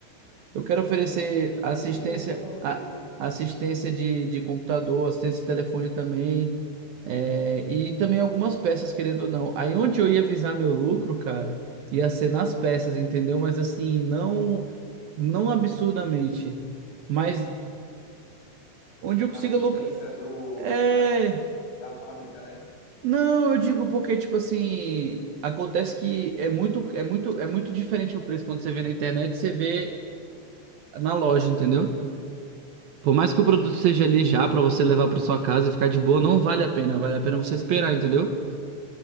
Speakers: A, on the right; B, on the left.
A: Eu quero oferecer
B: Poxa, a gente devia
A: assistência,
B: ver um negócio
A: a-
B: desse, né?
A: assistência de, de computador, assistência de telefone também, é, e também algumas peças, querendo ou não. Aí onde eu ia visar meu lucro, cara, ia ser nas peças, entendeu? Mas assim, não, não absurdamente. Mas onde eu
B: Na
A: consiga
B: assistência
A: lucrar.
B: do,
A: É.
B: tipo, da, da fábrica, né?
A: Não, eu digo porque, tipo assim, acontece que é muito, é muito, é muito diferente o preço quando você vê na internet e você vê na loja, entendeu? Por mais que o produto seja ali já pra você levar pra sua casa e ficar de boa, não vale a pena. Vale a pena você esperar, entendeu?